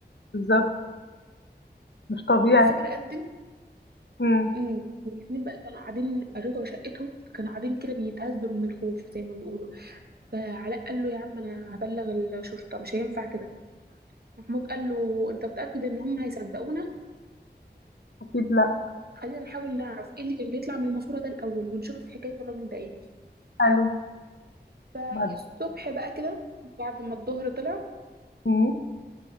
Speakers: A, on the left (about 80°); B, on the right (about 65°).
A: بالضبط، مش طبيعي.
B: فالفجر أذن
A: إمم،
B: امم والاتنين بقى كانوا قاعدين رجعوا شقتهم فكانوا قاعدين كده بيتهزوا من الخوف زي ما بيقولوا فعلاء قال له يا عم أنا هبلغ الشرطة مش هينفع كده محمود قال له أنت متأكد إن هم هيصدقونا
A: أكيد لأ.
B: خلينا نحاول نعرف إيه اللي كان بيطلع من الماسورة ده الأول ونشوف حكاية الراجل ده إيه
A: حلو
B: فالصبح
A: بعد
B: بقى كده بعد ما الظهر طلع
A: إمم،